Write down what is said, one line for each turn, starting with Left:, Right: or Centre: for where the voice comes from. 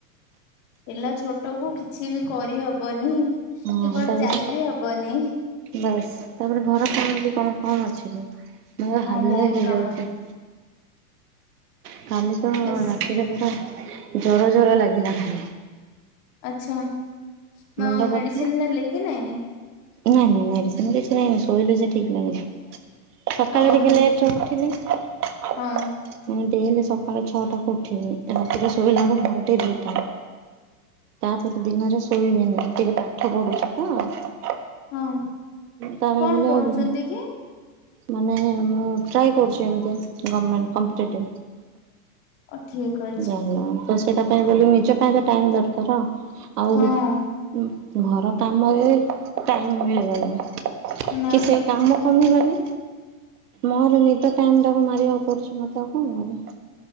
Left: ପିଲା ଛୋଟ କୁ କିଛି ବି କରିହବନି।
Right: ହଁ
Left: କି କୁଆଡେ
Right: ତାପରେ
Left: ଯାଇ ବିି ହବନି
Right: ବାସ୍ ତାପରେ ଘର କାମ ବି କଣ କମ୍ ଅଛି ମୁଁ ପୁରା
Left: ହଁ
Right: ହାଲିଆ
Left: ବହୁତ
Right: ହେଇଯାଉଛି।
Left: କାମ
Right: କାଲି ତ
Left: ବେଶ
Right: ରାତିରେ ପୁରା ଜର ଜର ଲାଗିଲା ଖାଲି।
Left: ଆଚ୍ଛା
Right: ମୁଣ୍ଡ ବଥା
Left: ମେଡିସିନ ନେଲେ କି ନାଇଁ।
Right: ନାଇଁ ନାଇଁ ମେଡିସିନ କିଛି ନାଇଁ ଶୋଇଲି ସେ ଠିକ୍ ଲାଗିଲା। ସକାଳେ
Left: ଅ
Right: ଟିକେ
Left: ହେଲ
Right: ଲେଟ୍ ରେ ଉଠିଲି। ମୁଁ
Left: ହଁ
Right: ଯେମିତି ହେଲେ ସକାଳ ଛଅଟା କ ଉଠିବି ରାତିରେ ଶୋଇଲା ବେଳେ ଘଣ୍ଟି ଦେଇଥାଏ। ତାପରେ ଦିନରେ ଶୋଇବିନି ଟିକେ ପାଠ ପଢୁଛି ତ।
Left: ହୁଁ
Right: ତାପରେ
Left: କଣ
Right: ବୋଲି
Left: ପଢୁଛନ୍ତି
Right: ଆଉ
Left: କି?
Right: ମାନେ ମୁଁ ଟ୍ରାଏ କରୁଛି ଏମିତି ଗମେଣ୍ଟ କମ୍ପିଟେଟିଭ୍।
Left: ଆ ଠିକ ଅ
Right: <unintelligible> ତ ସେଇଟା ପାଇଁ ବୋଲି ମୁଁ ନିଜ ପାଇଁ ତ ଟାଇମ ଦରକାର ଆଉ
Left: ହଁ
Right: ଉ ଘର କାମରେ ଟାଇମମ୍ ମିଳିବନି
Left: ନା
Right: କି ସେ କାମ କମିବନି ମୋର ନିଦ ଟାଇମ ଟାକୁ ମାରିବାକୁ ପଡୁଚି ମୋତେ ଆଉ କଣ <unintelligible>